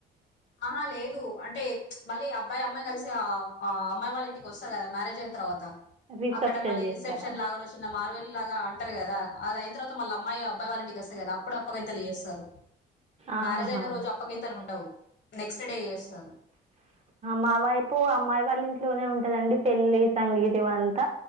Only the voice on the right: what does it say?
రిసెప్షన్
చేస్తారా
ఆహా
మా వైపు అమ్మాయి వాళ్ళ ఇంట్లోనే ఉంట కదండి పెళ్లి సంగీత్ ఇవి అంత